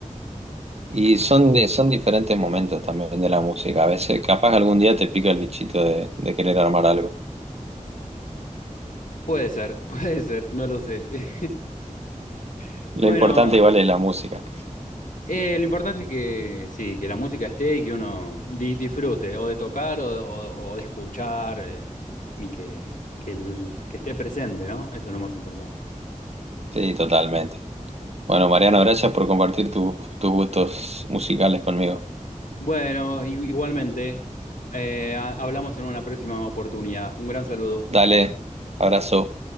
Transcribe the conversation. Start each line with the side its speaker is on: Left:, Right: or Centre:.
Right: Y son, de- son diferentes momentos también de la música. A veces, capaz algún día te pica el bichito de, de querer armar algo.
Left: Puede ser, <laughs> puede ser, no lo sé. <laughs>
Right: Lo
Left: Bueno,
Right: importante igual es la música.
Left: Eh, lo importante es que sí, que la música esté y que uno di- disfrute o de tocar o, o- o de escuchar eh, y que, que, el- que esté presente, ¿no? Eso es lo más importante.
Right: Sí, totalmente. Bueno, Mariano, gracias por compartir tu- tus gustos musicales conmigo.
Left: Bueno, i- igualmente, eh, ha- hablamos en una próxima oportunidad. Un gran saludo.
Right: Dale, abrazo.